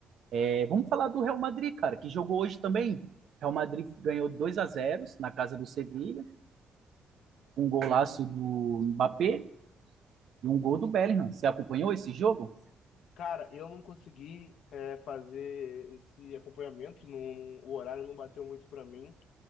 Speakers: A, on the right; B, on the left.
A: É, vamos falar do Real Madrid, cara, que jogou hoje também. Real Madrid ganhou 2 a zero na casa do Sevilha, um golaço do Mbappé e um gol do Bellingham. Você acompanhou esse jogo?
B: Cara, eu não consegui é, fazer esse acompanhamento, não- o horário não bateu muito pra mim,